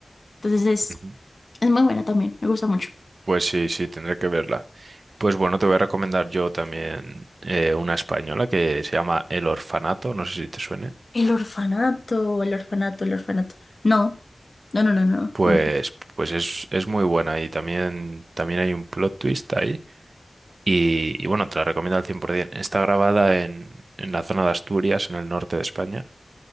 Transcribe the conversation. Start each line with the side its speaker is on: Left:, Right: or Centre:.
Left: Entonces es
Right: Ujú.
Left: es muy buena también, me gusta mucho.
Right: Pues sí, sí, tendré que verla. Pues bueno, te voy a recomendar yo también eh, una española que se llama El Orfanato, no sé si te suene.
Left: El orfanato, el orfanato, el orfanato. No, no, no, no, no.
Right: Pues,
Left: no.
Right: pues es, es muy buena y también, también hay un plot twist ahí. Y, y bueno, te la recomiendo al 100%. Está grabada en, en la zona de Asturias, en el norte de España,